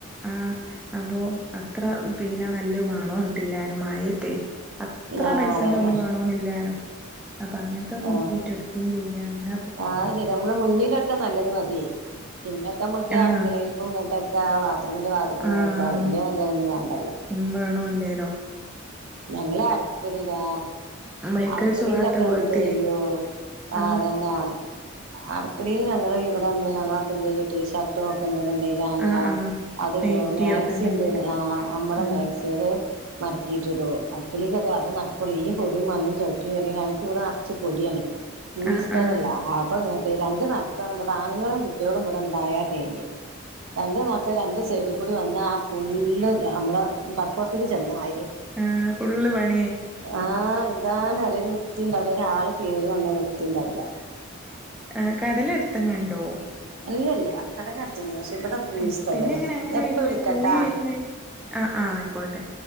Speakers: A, in the centre; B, on the right.
A: ആഹ് അപ്പൊ അത്ര പിന്നെ നല്ല വണോന്നിട്ടില്ലാനു മയേത്തേ അത്ര
B: ആ
A: പൈസന്റെ
B: അതന്നെ
A: ഒന്നും വേണോന്നില്ലനു അപ്പ അങ്ങൻത്ത നോകീട്ട്
B: ആ
A: എട്കീചെയ്യ അങ്ങന
B: ആ ശരി നമ്മള മുന്നിലൊക്കെ നല്ലത് മതി പിന്നൊക്കെ മക്ക്
A: ആഹ്
B: അടുക്കളീൽക്കും ഇങ്ങോട്ടൊക്കെ ബാത്ത്റൂമിൻ്റെ വാത്ക്ക്
A: ആഹ്
B: വക്ക വലിയ നല്ല ത <inaudible> വേ
A: ഉം വേണോല്ലേലോ
B: ഞങ്ങള് അടുക്കളിലാ
A: ബൈക്കഴിച്ച്
B: അടുക്കളിയിലൊക്കെ
A: പോവാത്ത കോലത്തില്
B: ന്തയ്യോ ആ
A: ആഹ്
B: തന്നെ അടുക്കളില് ഞങ്ങള് ഇവിടന്നെ ഞങ്ങളൊക്കെന്തെയ്യുടി ഷർട്ടും ഒക്ക ണ്ടന്ന്ണ്ടേല് ആണുങ്ങള
A: ആഹ് ആഹ്
B: അതിടും,
A: നൈറ്റി
B: മാക്സി
A: ഒക്കെ ഉണ്ടെങ്കില്
B: <unintelligible> ആ മ്മളെ
A: ആഹ്
B: മാക്സിടും മടകീറ്റിടും. അടക്കളീലത അതെ നടക്കോള്ളൂ, ഈ പൊടും മണ്ണും ചവിട്ടി വരണേല്, ഞങ്ങക്കിവ്ടെ നർച്ച് പൊടിയാണ്. പൂയി
A: ആഹ്
B: സ്ഥലല്ല
A: ആഹ്
B: ആപ്പൊ രണ്ട് നടത്തം വ്ട ആണുങ്ങളും കുട്ടികളും ഇവ്ടണ്ടായ കഴിഞ്ഞ് രണ്ടു നടത്തം രണ്ടു സൈഡി കൂടി വന്ന ആ ഫുള്ള് നമ്മള കടപ്പുറത്തേക്ക് ചെന്നമായി
A: ആ പുള്ള് <inaudible>
B: ആ എന്താണ് അറ ഒരു വൃത്തി ണ്ടാവില്ല, ഒരാള് കേറിവന്നാ വൃത്തി ണ്ടാവില്ല.
A: ഏ കടല് എടുത്ത്ങ്ങണ്ടോ
B: ല്ല ല്ല്യ കടല് അടു <inaudible> പക്ഷേ ഇവിട പൂയിസ്ഥലല്ല,
A: ഉം പിന്നെ എങ്ങനെ അങ്ങനെ
B: നാപ്പ
A: വരുന്നേ
B: വിളിക്കാട്ടാ.
A: പോയി വരുന്നേ ആ ആ ആയിക്കോട്ടെ